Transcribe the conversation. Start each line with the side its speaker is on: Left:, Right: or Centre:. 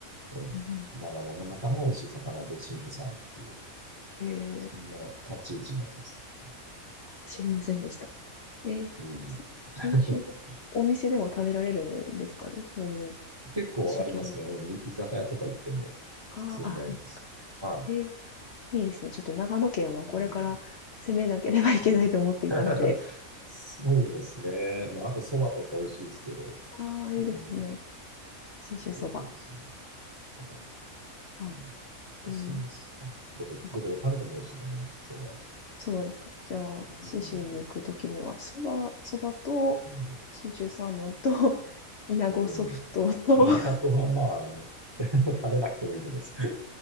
Right: ええ、
Left: うん。
Right: 長野の中の美味しい魚で信州サーモンっていう、
Left: へえ、
Right: そんな立ち位置になってますね。
Left: 知りませんでした。えー、
Right: うん。
Left: し新種お店でも食べられるんですかねそういう
Right: <laughs> 結構ありますね。
Left: 鮭料理。
Right: うんい居酒屋とか行っても普通にあります。
Left: ああ、あ、はい。
Right: は
Left: ええ、いいですね。ちょっと長野県はこれから攻めなければいけないと思っていたので。
Right: い。うん。うん <laughs> そうですね。まあ、あと蕎麦とか美味しいですけど、
Left: ああ、いいですね。
Right: うん。
Left: 信州そば
Right: うん、ですね。また、
Left: はい。
Right: うん。おすすめです。
Left: えー
Right: はいどこ、
Left: なんか、
Right: どこで食べても美味しいと思います、それは。
Left: 蕎麦ですか。じゃあ、
Right: うん。
Left: 信州に行くときには、そばそばと、
Right: うん。
Left: 信州サーモンと、<laughs> 稲子ソフトと、
Right: うん。都はまあ、
Left: <laughs> じゃ
Right: あの、<laughs> 食べなくてもいいと思います。